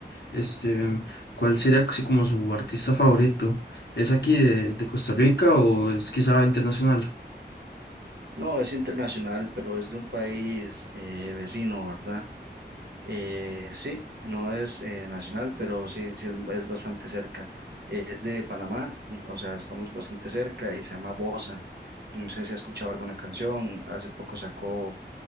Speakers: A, on the left (about 65°); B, on the right (about 65°).
A: Este, ¿cuál sería así como su artista favorito? ¿Es aquí de, de Costa Rica o es quizá internacional?
B: No, es internacional, pero es de un país eh, vecino, ¿verdad? Eh, sí, no es eh, nacional, pero sí, sí es, es bastante cerca. Eh, es de Panamá, un- o sea, estamos bastante cerca y se llama Bosa. No sé si ha escuchado alguna canción, hace poco sacó